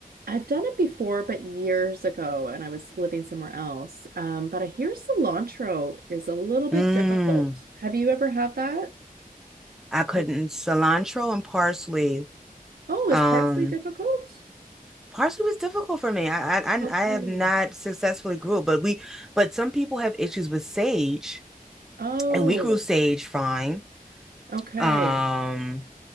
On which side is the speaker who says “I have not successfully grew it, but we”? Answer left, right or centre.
Centre